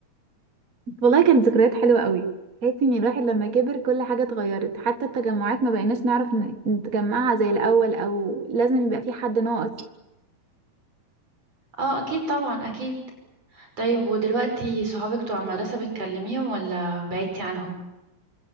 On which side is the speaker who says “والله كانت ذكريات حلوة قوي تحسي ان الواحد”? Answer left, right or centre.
Right